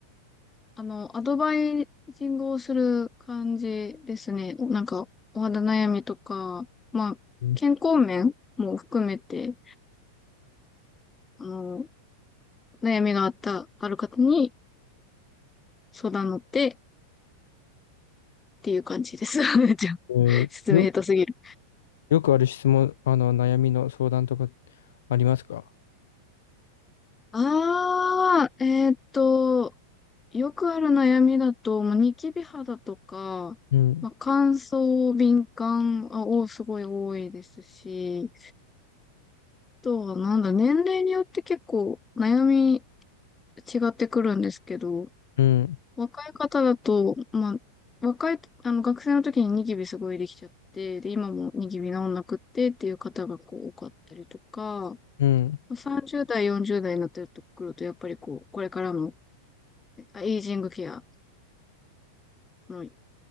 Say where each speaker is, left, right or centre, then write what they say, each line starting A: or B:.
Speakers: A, on the left (about 15°); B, on the left (about 60°).
A: あの、アドバイジングをする感じですね。なんか、お肌悩みとか、まあ、
B: うん
A: 健康面も含めて、あの、悩みがあった、ある方に相談乗ってっていう感じです。<laughs> じゃあ、
B: えー、
A: 説明下手すぎる。
B: よ、よくある質問、あの、悩みの相談とかありますか
A: あー、えっと、よくある悩みだと、まあ、ニキビ肌とか、
B: うん、
A: まあ、乾燥、敏感あをすごい多いですし、あとはなんだ、年齢によって結構悩み違ってくるんですけど、
B: うん、
A: 若い方だと、まあ、若い、あの学生の時にニキビすごいできちゃって、で、今もニキビ治んなくってっていう方がこう多かったりとか、
B: うん、
A: まあ30代、40代になってくると、やっぱりこう、これからのあエイジングケア、その